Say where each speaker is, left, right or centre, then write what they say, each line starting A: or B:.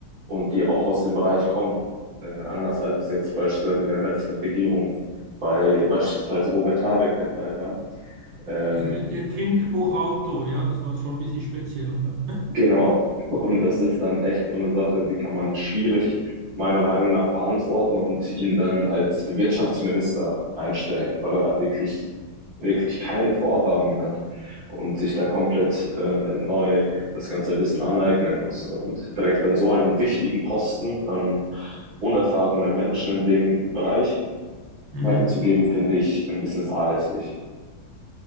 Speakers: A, on the right; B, on the right.
A: und die auch aus dem Bereich kommen. Äh, anders als es jetzt beispielsweise in der letzten Regierung bei <laughs> beispielsweise Robert Habeck der Fall war. Ähm,
B: Ja, der, der Kinderbuchautor, ja, das war schon ein bisschen speziell. Ne?
A: Genau. Und das ist dann echt so eine Sache, die kann man schwierig meiner Meinung nach verantworten und ihn dann als Wirtschaftsminister einstellen, weil er wirklich, wirklich keine Vorerfahrungen hat und sich da komplett äh, neu das ganze Wissen aneignen muss. Und direkt an so einen wichtigen Posten an unerfahrene Menschen in dem Bereich
B: Mhm.
A: weiterzugeben, finde ich ein bisschen fahrlässig.